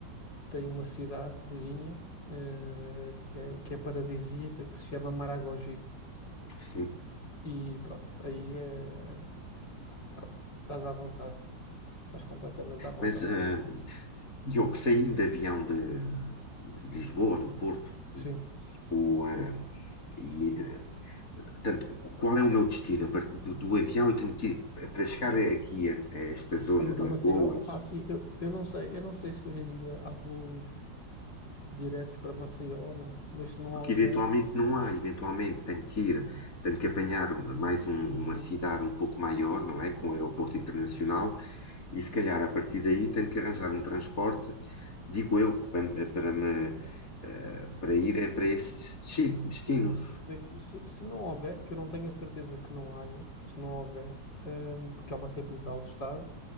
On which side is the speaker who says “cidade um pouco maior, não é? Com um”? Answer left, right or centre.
Left